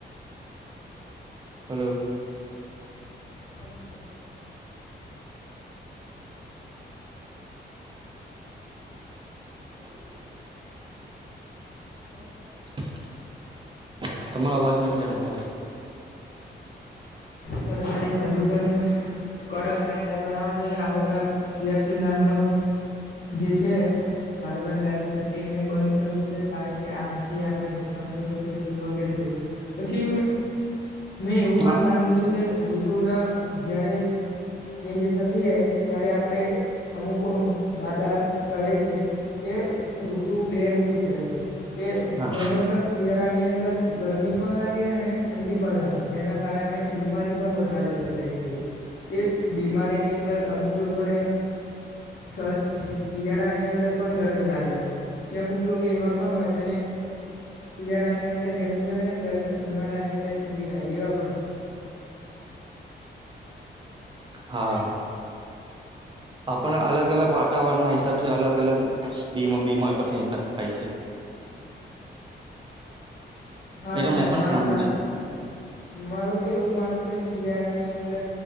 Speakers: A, on the left (about 65°); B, on the right (about 25°).
A: આપણે
B: હલો
A: <inaudible>
B: <inaudible>
A: <inaudible>
B: <unintelligible> તમારો અવાજ નથી આવતો
A: સરકારે હજુગ કડક કાયદા બનાવવા જોઈએ. આ બધા સીએફસી નામનો જે, છે કાર્બન ડાયોક્ થતી એને બંધ કરવું જોઈએ કારણ કે આથી આપણે નુકસાન શકે છે વગેરે જેવું પછી પણ
B: હા
A: સાું છે કે ઋતુના જ્યારે ચેન્જ થતી રહે ત્યારે આપણે અમુક દાદા કહે છે કે રૂ ઋ તુ બે ઋતુ કહે છે. કે
B: હા
A: ઘણી વખત શિયાળા ની અંદર ગરમી પણ લાગે અને ઠંડી પણ લાગે તેના કારણે બીમારી પણ વધારે સર્જાય છે કે બીમારીની અંદર અમુક લોકોને સર શિયાળા ની અંદર પણ ગરમી લાગે પછી અમુક લોકો એવા પણ હોય તને, શિયાળાની અંદર ગરમી લ <unintelligible> ગરમી ઉનાળાની અંદર ઠંડી લાગે એવા પણ
B: હા, આપણા અલગ અલગ વાતાવરણ ના હિસાબથી અલગ અલગ બીમાં બીમાં થ થાય છે.
A: હા,
B: એ
A: તો
B: મેં
A: તમારું
B: પણ સાંભળ્યું
A: સાચું છે, મારું તો એવું જ માનું કે શિયાળાની અંદર,